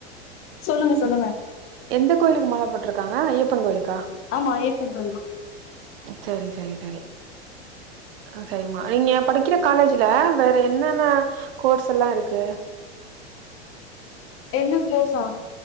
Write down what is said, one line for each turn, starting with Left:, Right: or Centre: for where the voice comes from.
Left: சொல்லுங்க சொல்லுங்க
Right: எந்த கோயிலுக்கு மால போட்ருக்காங்க ஐயப்பன் கோயிலுக்கா
Left: ஆமா ஐயப்பன் கோயில்
Right: செரி சரி சரி அ சரிம்மா நீங்க படிக்கிற காலேஜுல வேற என்னென்ன கோர்ஸ் எல்லா இருக்கு
Left: என்ன கோர்ஸ்சா